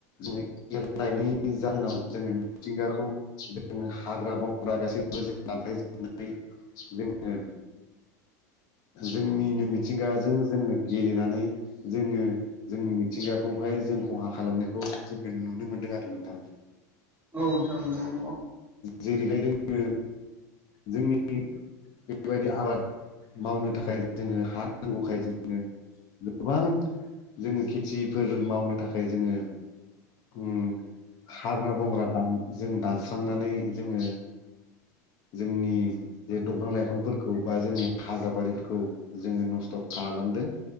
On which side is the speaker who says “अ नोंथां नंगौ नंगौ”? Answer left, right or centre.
Right